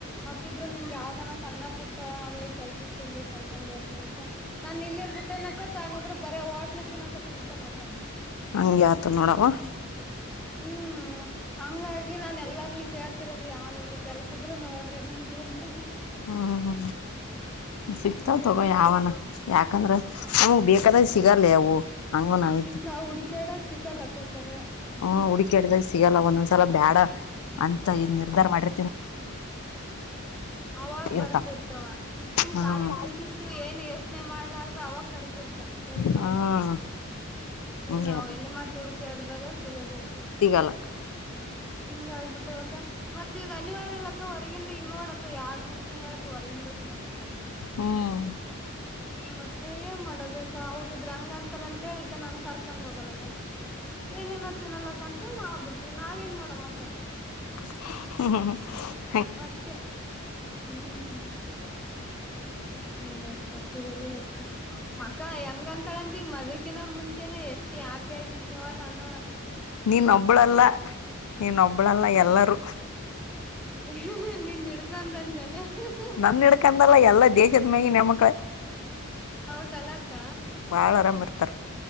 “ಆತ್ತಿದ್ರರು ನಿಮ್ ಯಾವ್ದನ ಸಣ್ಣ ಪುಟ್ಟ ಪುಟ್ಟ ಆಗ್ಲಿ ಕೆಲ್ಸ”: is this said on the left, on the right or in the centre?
Centre